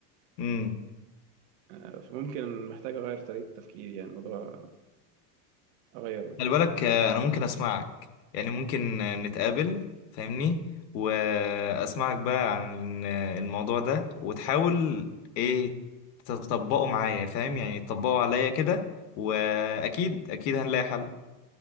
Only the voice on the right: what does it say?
آه فممكن محتاج اغير طريقه تفكيري يعني الموضوع اغيره